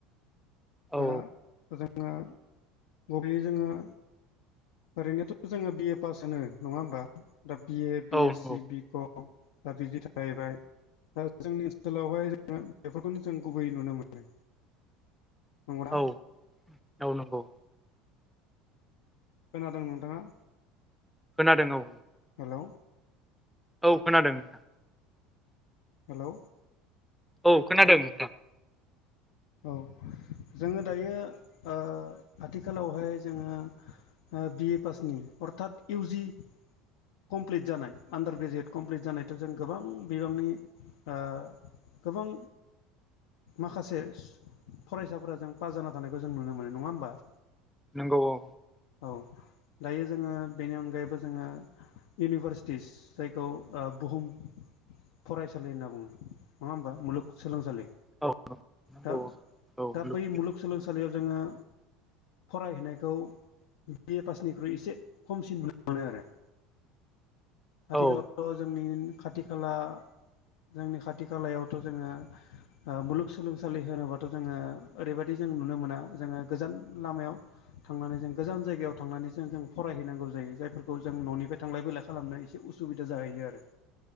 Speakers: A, in the centre; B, on the left.
A: औ
B: दा जोङो गुबग्लि जोङो ओरैनोथ' जोङो बिए पास होनो नङा होमबा दा बिए बि
A: औ
B: एस
A: नंगौ
B: सि बि कम दा बिदि थाहैबाय दा जोंनि ओनसोलावहाय जोङो बेफोरखौनो जों गुबैयै नुनो मोनो नंगौना
A: औ औ नंगौ
B: खोनादों नोंथाङा
A: खोनादों औ
B: हेलौ
A: औ खोनादों नोंथां
B: हेलौ
A: औ खोनादों नोंथां
B: औ जोङो दायो ओ आथिखालावहाय जोङो ओ बिए पासनि अर्थात इउजि कमप्लिट जानाय आन्दार ग्रेजुवेट कमप्लिट जानायथ' जों गोबां बिबांनि ओ गोबां माखासे सु फरायसाफोरा जों पास जाना थानायखौ जों नुनो मोनो नङा होमबा
A: नंगौ औ
B: औ दायो जोङो बेनि अनगायैबो जोङो इउनिभारसिटिस जायखौ ओ बुहुम फरायसालि होनना बुङो नङा होमबा मुलुगसोलोंसालि
A: औ औ नंगौ
B: दा
A: औ
B: दा
A: मुलुगसोलों
B: बै मुलुगसोलोंसालिआव जोङो फरायहैनायखौ बि ए पासनिख्रुइ एसे खमसिन नुनो मोनो आरो आथि
A: औ
B: खालावथ' जोंनि खाथि खाला जोंनि खाथि खालायावथ' जोङो ओ ओ मुलुगसोलोंसालि होनोबाथ' जोङो ओरैबादि जों नुनो मोना जोङो गोजान लामायाव थांनानै जों गोजान जायगायाव थांनानै जों जों फरायहैनांगौ जायो जायफोरखौ जों न'निफ्राय थांलाय फैलाय खालामनानैसो एसे उसुबिदा जाहैयो आरो